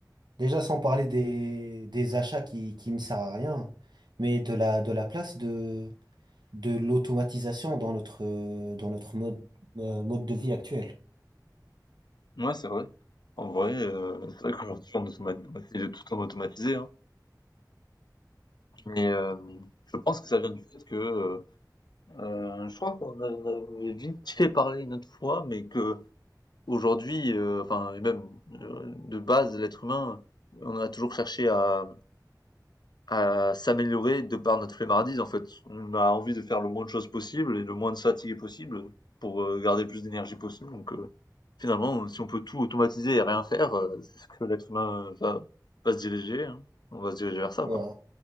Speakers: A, on the right; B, on the left.
A: Déjà, sans parler des, des achats qui, qui ne servent à rien, hein, mais de la, de la place de, de l'automatisation dans notre, euh, dans notre mode, euh, mode de vie actuel.
B: ouais c'est vrai. En vrai, euh, c'est vrai qu'aujourd'hui on automatise, est tout en automatisé, hein. Mais euh, je pense que ça vient du fait que euh, euh, je crois qu'on a- on avait vite fait parler une autre fois, mais que aujourd'hui, euh, enfin et même euh, de base, l'être humain, on a toujours cherché à, à s'améliorer de par notre flemmardise en fait. On a envie de faire le moins de choses possible et le moins de fatigue possible pour euh, garder le plus d'énergie possible. Donc euh, Finalement, si on peut tout automatiser et rien faire, heu, c'est ce que l'être humain va va se diriger, hein. On va se diriger vers ça,
A: Ouais,
B: quoi.